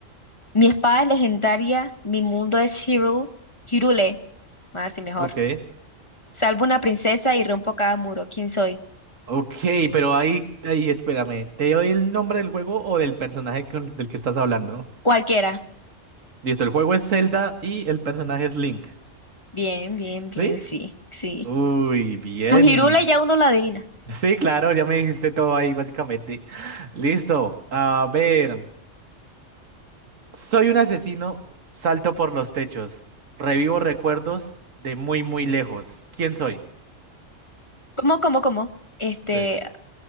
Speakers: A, on the left; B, on the right.
A: mi espada es legendaria, mi mundo es Hyrule. Hyrule. Más así mejor.
B: Ok.
A: Salvo una princesa y rompo cada muro. ¿Quién soy?
B: Ok, pero ahí, ahí, espérame, ¿te doy el nombre del juego o del personaje con- del que estás hablando?
A: Cualquiera.
B: Listo, el juego es Zelda y el personaje es Link,
A: Bien, bien, bien,
B: ¿sí?
A: sí, sí.
B: Uy, bien.
A: Con Hyrule ya uno la adivina.
B: Sí, claro, ya me dijiste todo ahí, básicamente. <laughs> Listo, a ver. Soy un asesino, salto por los techos, revivo recuerdos de muy, muy lejos. ¿Quién soy?
A: ¿Cómo, cómo, cómo? Este,
B: Entonces,